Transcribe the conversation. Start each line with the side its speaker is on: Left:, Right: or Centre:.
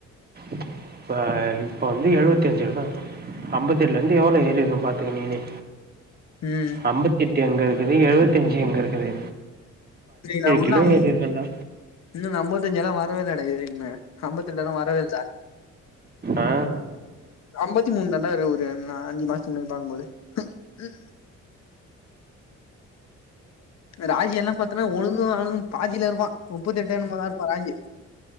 Right: இப்ப இப்ப வந்து எழுவத் தி அஞ்சுருக்க அம்பத்தெட்லேந்து எவ்ளோ ஏறி இருக்கே பாத்துக்க நீனே
Left: ம்
Right: அம்பத்தெட்டு எங்க இருக்குது எழுவத்தஞ்சு எங்க இருக்குது
Left: சேரி நா உள்ளாம்
Right: கிலோ ஏறியிருக்கேன்டா.
Left: இன்னு நா அம்பத்தஞ்செல்லா வரவேல்லடா இது வெரிக்குமே அம்பத்தஞ்செல்லா வரவேல்ல
Right: ஆ
Left: அம்பத்தி மூண் தாண்டா இரு ஒரு அ அஞ்சு மாஸ்த்து முன்னாடி பாக்கும்போது அ க் ராஜி எல்லா பாத்தனா உனுக்கு அவுனுக்கு பாதில இருப்பா முப்பத்தெட்டு என்னமோ தா இருப்பா ராஜி